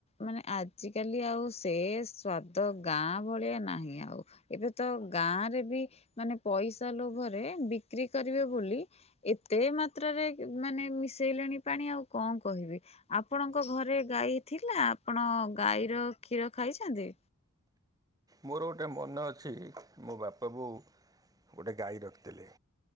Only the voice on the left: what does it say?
ମାନେ ଆଜିକାଲି ଆଉ ସେ ସ୍ଵାଦ ଗାଁ ଭଳିଆ ନାହିଁ ହିଁ ଆଉ ଏବେ ତ ଗାଁରେ ବି ମାନେ ପଇସା ଲୋଭରେ ବିକ୍ରି କରିବେ ବୋଲି ଏତେ ମାତ୍ରାରେ ଏ ମାନେ ମିଶେଇଲେଣି ପାଣି ଆଉ କଣ କହିବି। ଆପଣଙ୍କ ଘରେ ଗାଈ ଥିଲା ଆପଣ ଗାଈର କ୍ଷୀର ଖାଇଛନ୍ତି?